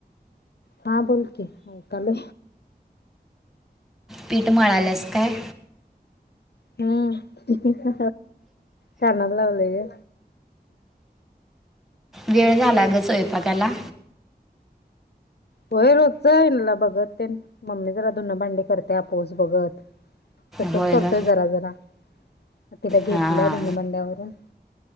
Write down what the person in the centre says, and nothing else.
पीठ मळालंस काय.
वेळ झाला ग स्वयंपाकाला.
होय
ग
हां